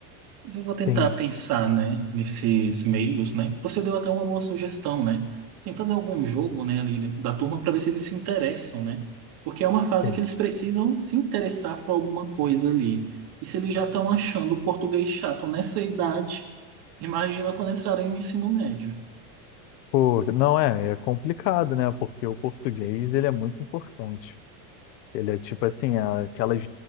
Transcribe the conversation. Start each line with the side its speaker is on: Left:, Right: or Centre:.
Right: Eu vou tentar
Left: Sim,
Right: pensar, né, nesses meios, né? Você deu até uma boa sugestão, né? Sim, fazer algum jogo, né, ali dentro da turma para ver se eles se interessam, né? Porque é uma fase
Left: sim.
Right: que eles precisam se interessar por alguma coisa ali. E se eles já estão achando o português chato nessa idade, imagina quando entrarem no ensino médio.
Left: Pô, não é, é complicado, né? Porque o português ele é muito importante. Ele é tipo assim, a- aquelas